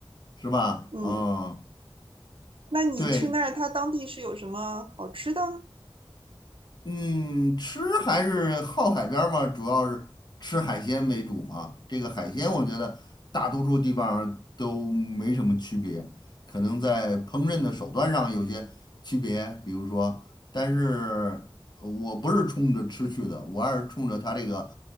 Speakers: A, on the left; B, on the right.
A: 是吧？
B: 嗯，
A: 嗯，
B: 那你去那儿，
A: 对，
B: 它当地是有什么好吃的？
A: 嗯，吃还是靠海边儿嘛，主要是吃海鲜为主嘛。这个海鲜，我觉得大多数地方都没什么区别，可能在烹饪的手段上有些区别，比如说，但是呃我不是冲着吃去的，我还是冲着它这个